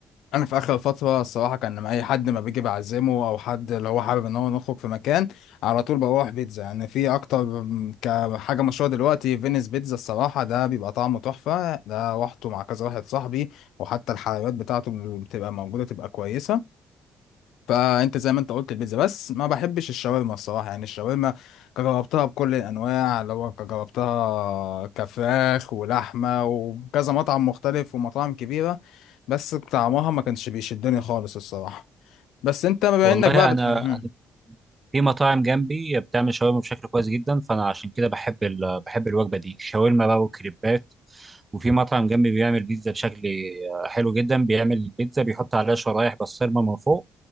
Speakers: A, on the left (about 85°); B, on the right (about 25°).
A: انا في اخر فتره الصراحه كان لما اي حد ما بيجي بعزمه او حد اللي هو حابب ان هو نخرج في مكان على طول بروح بيتزا يعني في اكتر م- كحاجه مشهوره دلوقتي فينيس بيتزا الصراحه ده بيبقى طعمه تحفه ده روحته مع كذا واحد صاحبي وحتى الحلويات بتاعته بتبقى موجوده تبقى كويسه فانت زي ما انت قلت البيتزا بس ما بحبش الشاورما الصراحه يعني الشاورما جربتها بكل الانواع اللي هو جربتها كفراخ ولحمه وكذا مطعم مختلف ومطاعم كبيره بس طعمها ما كانش بيشدني خالص الصراحه بس انت بما
B: والله
A: انك بقى بتحب
B: انا في مطاعم جنبي بتعمل شاورما بشكل كويس جدا فانا عشان كده بحب ال... بحب الوجبه دي شاورما بقى وكريبات وفي مطعم جنبي بيعمل بيتزا بشكل حلو جدا بيعمل البيتزا بيحط عليها شرايح بسطرمه من فوق